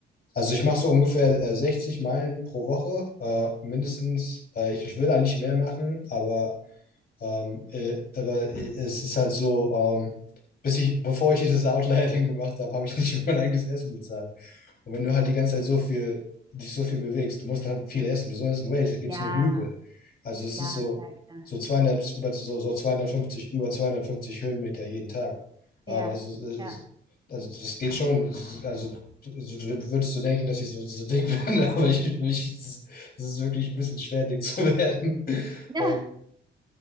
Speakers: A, on the left; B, on the right.
A: Also ich mache so ungefähr äh, 60 Meilen pro Woche, äh, mindestens. Äh, ich, ich will eigentlich mehr machen, aber, ähm, äh, aber äh, es ist halt so, ähm, bis ich, bevor ich dieses Outlier-Ding gemacht habe, habe ich nicht <laughs> für mein eigenes Essen bezahlt. Und wenn du halt die ganze Zeit so viel, dich so viel bewegst, du musst halt viel essen. Besonders in Wales gibt
B: Ja,
A: es nur Hügel. Also es
B: klar,
A: ist so,
B: klar, klar.
A: so 200, über, so, so 250, über 250 Höhenmeter jeden Tag.
B: Ja,
A: Ähm, also, es,
B: ja.
A: es, also das geht schon. Es ist- Also du, du würdest so denken, dass ich so, so dick <laughs> bin, aber ich, ich, es ist es ist wirklich ein bisschen schwer, dick zu <laughs> werden.
B: <laughs>
A: Ähm,